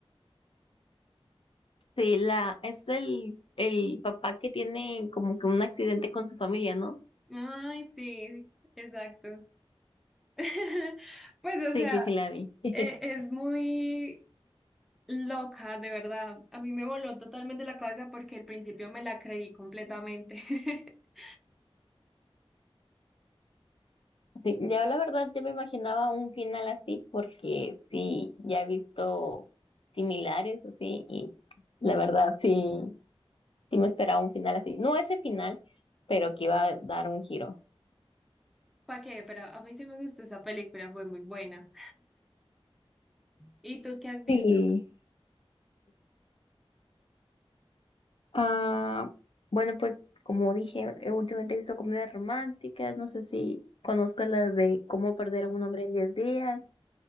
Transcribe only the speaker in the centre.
Ay, sí, exacto. <laughs> Pues, o
sea,
e- es muy loca, de verdad. A mí me voló totalmente la cabeza porque al principio me la creí completamente. <laughs>
¿Para qué? Pero a mí sí me gustó esa película, fue muy buena. ¿Y tú qué has visto?